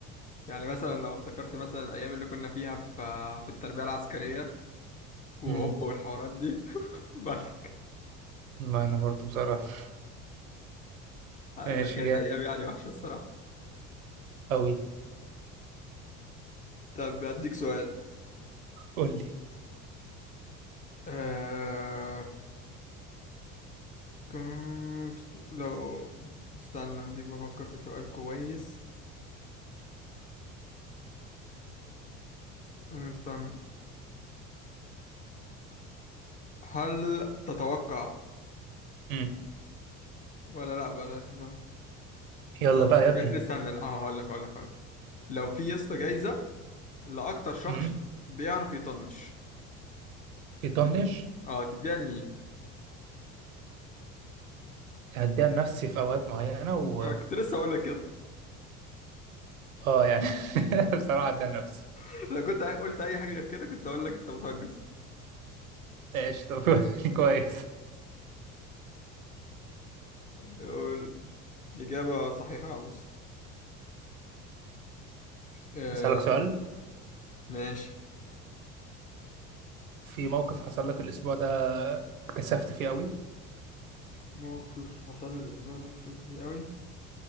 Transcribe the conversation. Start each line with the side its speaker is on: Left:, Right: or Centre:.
Left: يعني مثلا لو افتكرت مثلا الايام اللي كنا فيها في في التربيه العسكريه وهوب
Right: امم
Left: والحوارات دي <laughs> بالك
Right: ما انا برضو بصراحة
Left: لا
Right: ماشي
Left: كانت
Right: جامد
Left: ايام يعني وحشه الصراحه
Right: قوي
Left: طب اديك سؤال
Right: قول لي
Left: أه... كنت لو استنى هديك بفكر في سؤال كويس استنى هل تتوقع
Right: امم
Left: ولا لا بلاش لا
Right: يلا
Left: لو
Right: بقى يا ابني
Left: استنى اه هقول لك هقول لك هقول لك لو في يا اسطى جايزة لأكتر شخص
Right: امم
Left: بيعرف يطنش
Right: يطنش
Left: تد- اه تديها لمين؟
Right: هديها لنفسي في اوقات معينة و
Left: انا كنت لسه هقول لك كده
Right: اه يعني <laughs> بصراحة هديها لنفسي
Left: <laughs> لو كنت عاي- قلت اي حاجة غير كده كنت هقول لك انت بتهجس
Right: ماشي طب <laughs> كويس
Left: قول. إجابة صحيحة يا عم آه
Right: اسالك سؤال
Left: ماشي
Right: في موقف حصل لك الاسبوع ده اتكسفت فيه قوي
Left: موقف حصل لي الأسبوع ده كسبت فيه أوي